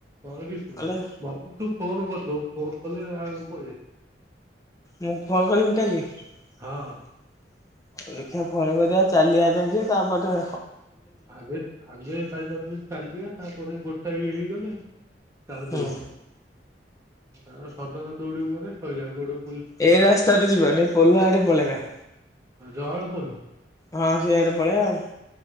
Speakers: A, on the right (about 15°); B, on the left (about 20°).
A: ମୋର କିଛି
B: ନହେଲେ
A: ନାହିଁ ମତେ ତୁ ଫୋନ କ ତୋ ଫୋନ୍ କଲେ ଆଉ ମୁଁ କହିବେ
B: ମୁଁ ଫୋନ୍ କରିବି କାଲି। ଆଉ
A: ହଁ।
B: ଦେଖିବା ଫୋନ କରିଆ ଚାଲିିଆ ଯାଇଁକି ତାପଟେ
A: ଆଗେରେ ଆଗେ ଚାରି ପାଞ୍ଚ ଦିନ ଚାଲିବା ତାପରେ ଗୋଟା ଇଏ ହେଇଗଲେ ହୁଁ ତାପରେ
B: ହୁଁ
A: ଦୌ କାରଣ ସଡନ ଦୌଡିବୁ ମାନେ ସଇଲା ଗୋଡ଼
B: ଏ ରାସ୍ତାରେ ଯିବାନି ପୋଲ ଆଡ଼େ ପଳେଇବା।
A: ଆ ଜଅଳ ପୋଲ?
B: ହଁ ସେଇଆଡ଼େ ପଳେଇଆ ଆଉ।